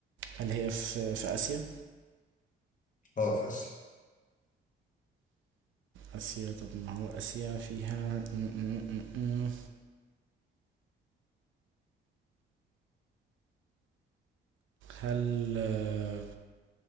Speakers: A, on the right; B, on the left.
A: هل هي في في آسيا؟
B: اه في آسيا
A: آسيا طب ما هو آسيا فيها م- م- م- م. هل آه،